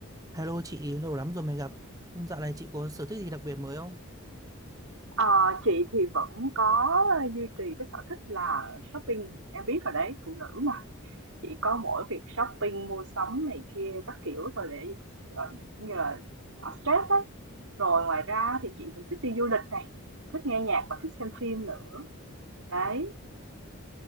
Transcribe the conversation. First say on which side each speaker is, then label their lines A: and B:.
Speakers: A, on the right; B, on the right.
A: Hello chị, lâu lắm rồi mới gặp. Ừ, Dạo này chị có sở thích gì đặc biệt mới không?
B: Ờ, chị thì vẫn có duy trì cái sở thích là shopping này, em biết rồi đấy, phụ nữ mà. Chỉ có mỗi việc shopping, mua sắm này kia các kiểu thôi để ờ, giống như là xả stress đấy. Rồi ngoài ra thì chị cũng thích đi du lịch này, thích nghe nhạc và thích xem phim nữa. Đấy.